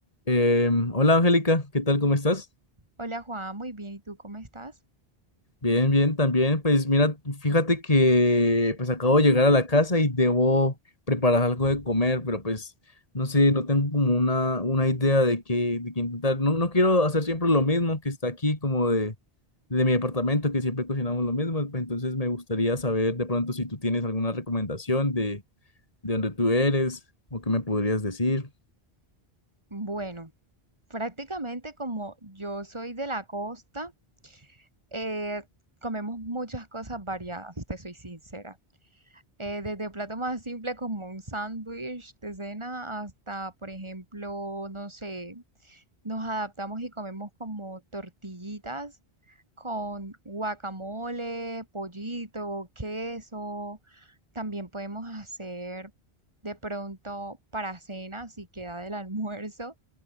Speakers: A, on the left; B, on the right.
A: Eh, hola Angélica, ¿qué tal? ¿Cómo estás?
B: Hola Juan, muy bien. ¿Y tú cómo estás?
A: Bien, bien, también. Pues mira, fíjate que pues acabo de llegar a la casa y debo preparar algo de comer, pero pues no sé, no tengo como una, una idea de qué, de qué intentar. No, no quiero hacer siempre lo mismo que está aquí, como de, de mi departamento, que siempre cocinamos lo mismo. Pues entonces me gustaría saber de pronto si tú tienes alguna recomendación de, de dónde tú eres o qué me podrías decir.
B: Bueno, prácticamente como yo soy de la costa, eh, comemos muchas cosas variadas, te soy sincera. Eh, desde plato más simple como un sándwich de cena hasta, por ejemplo, no sé, Nos adaptamos y comemos como tortillitas con guacamole, pollito, queso. También podemos hacer de pronto para cena, si queda del almuerzo,